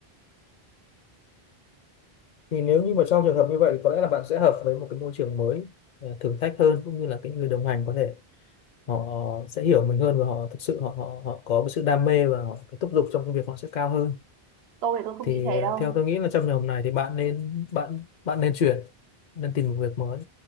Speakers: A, on the left (about 50°); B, on the right (about 80°).
A: thì nếu như mà trong trường hợp như vậy thì có lẽ là bạn sẽ hợp với một cái môi trường mới ờ, thử thách hơn cũng như là cái người đồng hành có thể họ sẽ hiểu mình hơn và họ thực sự họ họ họ có cái sự đam mê và họ cái thúc giục trong công việc họ sẽ cao hơn
B: tôi thì tôi không
A: thì
B: nghĩ thế
A: ờ,
B: đâu
A: theo tôi nghĩ là trong trường hợp này thì bạn nên bạn bạn nên chuyển nên tìm một việc mới